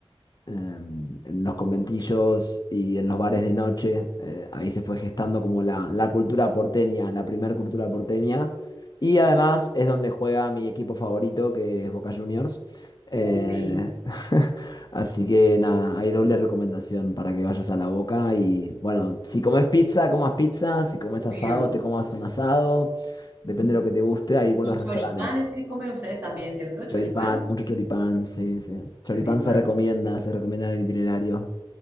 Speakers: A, on the left; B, on the right.
A: em, en los conventillos y en los bares de noche. eh, ahí se fue gestando como la, la cultura porteña, la primer cultura porteña. Y además es donde juega mi equipo favorito, que es Boca Juniors. Eh,
B: Uy,
A: <laughs> así que nada, hay doble recomendación para que vayas a la Boca. Y bueno, si comes pizza, comas pizza. Si comes
B: obvio.
A: asado, te comas un asado. Depende de lo que te guste, hay buenos
B: Y choripán
A: restaurantes.
B: es que comen ustedes también, ¿cierto? Choripán.
A: Choripán, mucho choripán, sí, sí.
B: Choripán.
A: Choripán se recomienda, se recomienda en el itinerario.